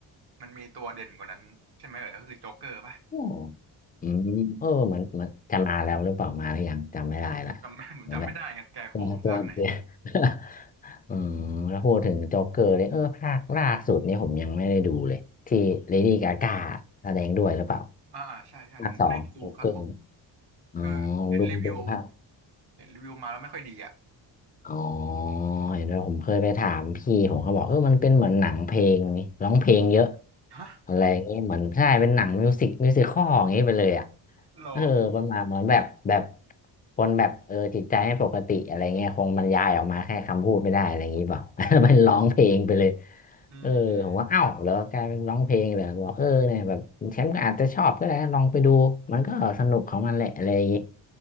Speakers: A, on the right; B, on the left.
A: มันมีตัวเด่นกว่านั้นใช่ไหมเอ่ยก็คือโจ๊กเกอร์ป่ะ
B: โอ้อืมเออเหมือนเหมือนจะมาแล้วหรือเปล่ามาหรือยังจำไม่ได้ละ
A: จำ <laughs> ผมจำไม่ได้ไงสแกร์โครว์ภาคไหน
B: เหมือนแบบตัวตัวเดียว <laughs> อืมแล้วพูดถึงโจ๊กเกอร์เนี่ยเออภาคล่าสุดนี่ผมยังไม่ได้ดูเลยที่เลดี้กากแสดงด้วยหรือเปล่า
A: อ๋ออ่าอ่าใช่ใช่ผมไม่ดูครับผม
B: ภาคสองโจ๊กเกอร์อ๋อ
A: คือเห็นรีวิว
B: ดูดูภาค
A: เห็นรีวิวมาแล้วไม่ค่อยดีอ่ะ
B: อ๋อเห็นด้วยผมเคยไปถามพี่ผมเขาบอกเออมันเป็นเหมือนหนังเพลงนี่ร้องเพลงเยอะ
A: ฮะ
B: อะไรอย่างงี้เหมือนใช่เป็นหนังมิวสิกมิวสิคอลอย่างงี้ไปเลยอ่ะ
A: โล
B: เออประมาณเหมือนแบบแบบคนแบบเออจิตใจไม่ปกติอะไรเงี้ยคงบรรยายออกมาแค่คำพูดไม่ได้อะไรอย่างงี้เปล่า <laughs> เป็นร้องเพลงไปเลย
A: อืม
B: เออผมว่าเอ้าแล้วกลายเป็นร้องเพลงเลยบอกเออเนี่ยแบบแชมป์ก็อาจจะชอบก็ได้ลองไปดูมันก็สนุกของมันแหละอะไรอย่างงี้